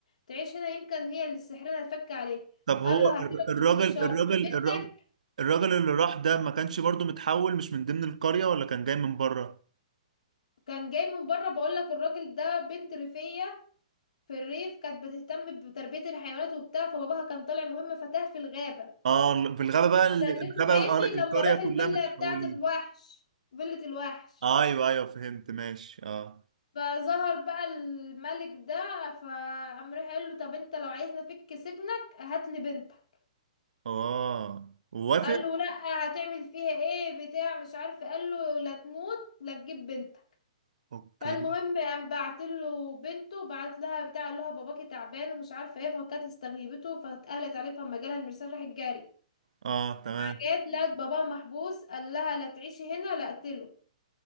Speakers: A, on the left; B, on the right.
A: تعيش هنا يمكن هي اللي سحرنا الفك عليه
B: طب
A: قال
B: هو
A: له هسيبك
B: الر- الراجل
A: بس بشرط
B: الراجل
A: بنتك
B: الراجل الراجل اللي راح ده ما كانش برضو متحول مش من ضمن القرية ولا كان جاي من بره
A: كان جاي من بره بقول لك الراجل ده بنت ريفية في الريف كانت بتهتم بتربية الحيوانات وبتاع فباباها كان طالع مهم فتاه في الغابة
B: اه في الغابة بقى
A: فتنته
B: ال- الغابة
A: ماشي
B: القر- القرية
A: لما راح
B: كلها
A: الفيلا
B: متحولين
A: بتاعة الوحش فيلة الوحش
B: ايوه ايوه فهمت ماشي اه
A: فظهر بقى الملك ده فقام راح قال له طب انت لو عايزنا فك سجنك هات لي بنتك
B: اه وافق
A: قال له لا هتعمل فيها ايه بتاع مش عارف قال له لا تموت لا تجيب بنتك
B: اوكي
A: فالمهم قام بعت له بنته بعت لها بتاع اللي هو باباكي تعبان ومش عارفه ايه فكانت استغيبته فاتقلت عليه فما جالها المرسال راحت جاري
B: اه تمام
A: جت لقت باباها محبوس قال لها لا تعيشي هنا لا اقتله